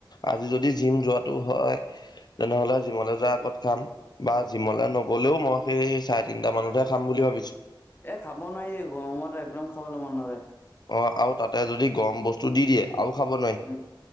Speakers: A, on the left; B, on the left.
A: আজি যদি জিম যোৱাটো হয় তেনেহলে জিমলৈ যোৱাৰ আগত খাম বা জিমলে নগলেও মই সেই চাৰে তিনটা মানতহে খাম বুলি ভাবিছো
B: এ খাব নোৱাৰি গৰমত একদম খাবলৈ মন নাযায়
A: অ আৰু তাতে যদি গৰম বস্তু দি দিয়ে আৰু খাব নোৱাৰি
B: উম